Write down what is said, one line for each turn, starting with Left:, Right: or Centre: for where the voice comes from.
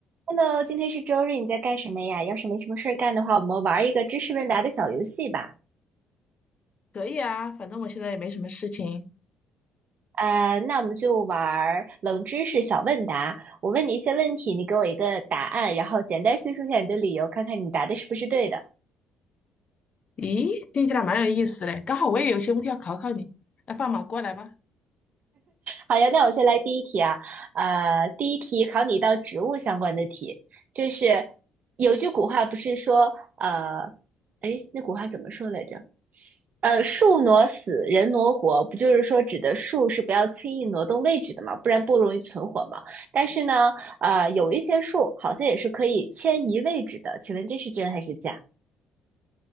Right: Hello，今天是周日，你在干什么呀？要是没什么事儿干的话，我们玩一个知识问答的小游戏吧。
Left: 可以啊，反正我现在也没什么事情。
Right: 呃，那我们就玩冷知识小问答。我问你一些问题，你给我一个答案，然后简单叙述一下你的理由，看看你答的是不是对的。
Left: 咦，听起来蛮有意思嘞，刚好我也有些问题要考考你。那放马过来吧。
Right: 好呀，那我先来第一题啊。呃，第一题考你一道植物相关的题，就是有句古话不是说，呃，哎，那古话怎么说来着？呃，树挪死，人挪活，不就是说指的树是不要轻易挪动位置的嘛，不然不容易存活嘛。但是呢，啊，有一些树好像也是可以迁移位置的，请问这是真还是假？